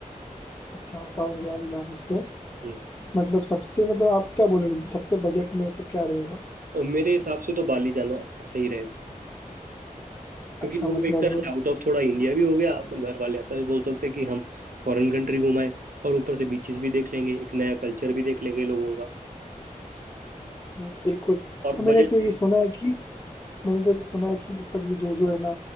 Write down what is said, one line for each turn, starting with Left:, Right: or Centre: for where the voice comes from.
Left: अच्छा साउथ गोवा भी जा सकते हैं
Right: है हम्म।
Left: मतलब सबसे मतलब आप क्या बोलेंगे सबसे बजट में मतलब क्या रहेगा
Right: और मेरे हिसाब से तो बाली जाना सही रहेगा क्योंकि
Left: अच्छा
Right: वो
Left: मतलब
Right: एक तरह से आउट ऑफ थोड़ा इंडिया भी हो गया अब घर वाले ऐसा भी बोल सकते हैं कि हम फॉरेन कंट्री घुमाएं और ऊपर से बीचेस भी देख लेंगे एक नया कल्चर भी देख लेंगे लोगों का
Left: बिल्कुल
Right: और
Left: और मैंने
Right: बजट
Left: क्यों ये सुना है कि मैंने तो सुना है कि मतलब ये जो जो है ना